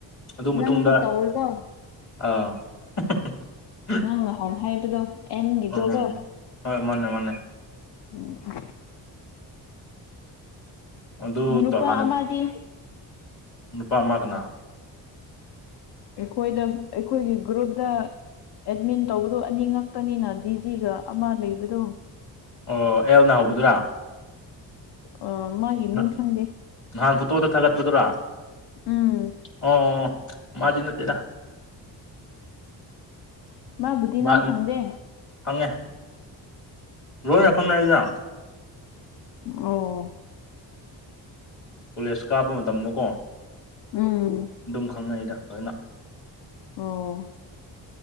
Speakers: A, on the left (about 40°); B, on the left (about 60°).
A: ꯑꯗꯨ ꯃꯇꯨꯡꯗ
B: ꯅꯪꯁꯨ ꯇꯧꯋꯦꯀꯣ
A: ꯑꯥ <unintelligible>
B: ꯅꯪ ꯉꯥꯍꯥꯟ ꯍꯥꯏꯕꯗꯣ ꯑꯦꯟꯒꯤꯗꯣ
A: ꯎꯝ
B: ꯀꯣ
A: ꯍꯣꯏ ꯃꯥꯟꯅꯦ ꯃꯥꯟꯅꯦ
B: ꯎꯝ
A: ꯑꯗꯨ
B: ꯎꯝ ꯔꯨꯄꯥ
A: ꯍꯥꯟꯅ
B: ꯑꯃꯗꯤ
A: ꯅꯨꯄꯥ ꯃꯥꯒꯅ
B: ꯑꯦꯈꯣꯏꯗ ꯑꯩꯈꯣꯏꯒꯤ ꯒ꯭ꯔꯨꯞꯇ ꯑꯦꯗꯃꯤꯟ ꯇꯧꯕꯗꯣ ꯑꯅꯤ ꯉꯛꯇꯅꯤꯅ ꯗꯤꯖꯤꯒ ꯑꯃ ꯂꯩꯕꯗꯣ
A: ꯑꯣ ꯑꯦꯜꯅ ꯍꯧꯕꯗꯨꯔꯥ
B: ꯑꯥ ꯃꯥꯒꯤ
A: <unintelligible>
B: ꯃꯤꯡ ꯈꯪꯗꯦ
A: ꯅꯍꯥꯟ ꯐꯣꯇꯣꯗ ꯊꯥꯒꯠꯄꯗꯨꯔꯥ
B: ꯎꯝ
A: ꯑꯣ <unintelligible> ꯃꯥꯗꯤ ꯅꯠꯇꯦꯗ
B: ꯃꯥꯕꯨꯗꯤ
A: ꯃꯥ
B: ꯅꯪ ꯈꯪꯗꯦ
A: ꯈꯪꯉꯦ ꯅꯣꯏꯅ ꯈꯪꯅꯩꯗ
B: ꯑꯣ
A: ꯀꯣꯂꯦꯖ ꯀꯥꯕ ꯃꯇꯝꯗ ꯀꯣ
B: ꯎꯝ
A: ꯑꯗꯨꯨꯝ ꯈꯪꯅꯩꯗ ꯂꯣꯏꯅ
B: ꯑꯣ